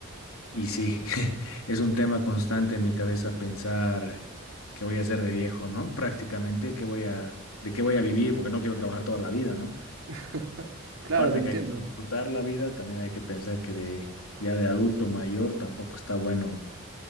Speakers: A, on the left; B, on the right.
A: Y sí, <laughs> es un tema constante en mi cabeza pensar qué voy a hacer de viejo, ¿no? Prácticamente, qué voy a, de qué voy a vivir, porque no quiero trabajar toda la vida, ¿no?
B: <laughs>
A: Aparte
B: Claro, te entiendo.
A: que hay que disfrutar la vida, también hay que pensar que de, ya de adulto mayor tampoco está bueno